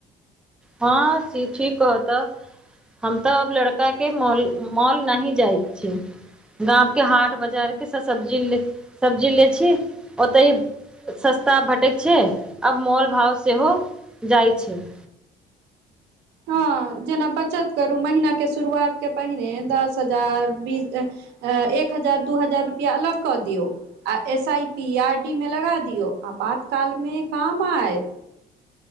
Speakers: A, in the centre; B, on the right.
A: हँ से ठीक <unintelligible> हम त अब लड़काके मॉल, मॉल नहि जाइत छी। गामके हाट बाजारके सब्जी, सब्जी लय छी ओतय सस्ता भेटैत छैय आब मोल भाव सेहो जाइ छैय।
B: हँ जेना बचत करू महिनाके शुरुआत के पहिने दस हजार बीस एक हजार, दू हजार रुपैया अलग कऽ दियौ। आ S- I- P, R- D मे लगा दियौ, आपातकालमे काम आयत।